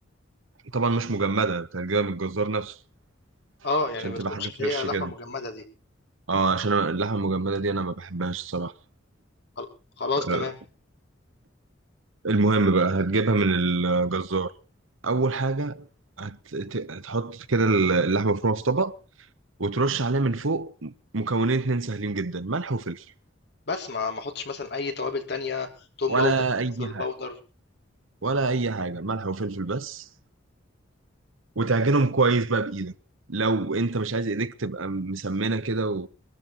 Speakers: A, on the right; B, on the left.
A: طبعا مش مجمدة أنت هتجيبها من الجزار نفسه
B: آه، يعني
A: عشان
B: ما
A: تبقى
B: تكونش
A: حاجة
B: اللي
A: فريش
B: هي لحمة
A: كده
B: مجمدة دي،
A: اه عشان أنا اللحمة المجمدة دي أنا ما بحبهاش الصراحة
B: خل خلاص
A: آه،
B: تمام،
A: المهم بقى هتجيبها من الجزار أول حاجة هت... ت- هتحط كده اللحمة المفرومة في طبق وترش عليها من فوق مكونين اتنين سهلين جدا ملح وفلفل
B: بس ما ما احطش مثلًا أي توابل تانية، توم
A: ولا
B: باودر،
A: أي
B: بصل
A: حاجة
B: باودر،
A: ولا أي حاجة ملح وفلفل بس وتعجنهم كويس بقى بإيدك لو أنت مش عايز إيديك تبقى مسمنة كده